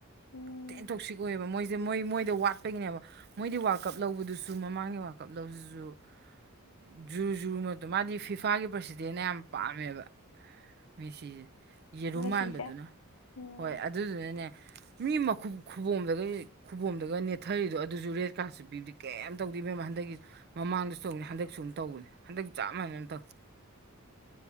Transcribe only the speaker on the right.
ꯇꯦꯟꯊꯣꯛꯁꯤꯛ ꯑꯣꯏꯕ ꯃꯣꯏ ꯃꯣꯏ ꯃꯣꯏꯗ ꯋꯥꯠꯄꯒꯤꯅꯦꯕ ꯃꯣꯏꯗꯤ ꯋꯥꯜꯀꯞ ꯂꯧꯕꯗꯨꯁꯨ ꯃꯃꯥꯡꯒꯤ ꯋꯥꯜꯀꯞ ꯂꯧꯖꯨ ꯖꯨꯔ ꯖꯨꯔ ꯃꯠꯇꯣ ꯃꯥꯗꯤ ꯐꯤꯐꯥꯒꯤ ꯄ꯭ꯔꯁꯤꯗꯦꯟꯅ ꯌꯥꯝ ꯄꯥꯝꯃꯦꯕ ꯃꯤꯁꯤꯖꯦ꯫ ꯌꯦꯔꯨꯝ
ꯃꯥꯟꯕꯗꯨꯅ
ꯍꯣꯏ ꯑꯗꯨꯗꯨꯅꯅꯦ ꯃꯤ ꯃꯈꯨ ꯈꯨꯕꯣꯝꯗꯒ ꯈꯨꯕꯣꯝꯗꯒ ꯅꯦꯠꯊꯔꯤꯗꯣ ꯑꯗꯨꯁꯨ ꯔꯦꯠ ꯀꯥꯔꯠꯁꯨ ꯄꯤꯕꯗꯤ ꯀꯩꯝ ꯇꯧꯗꯦ ꯃꯦꯝ ꯍꯟꯗꯛꯀꯤ ꯃꯃꯥꯡꯗꯁꯨ ꯇꯧꯅꯤ ꯍꯟꯗꯛꯁꯨ ꯑꯗꯨ ꯇꯧꯕꯅꯦ ꯍꯟꯗꯛ ꯆꯞ ꯃꯥꯟꯅꯅ ꯇꯧꯏ꯫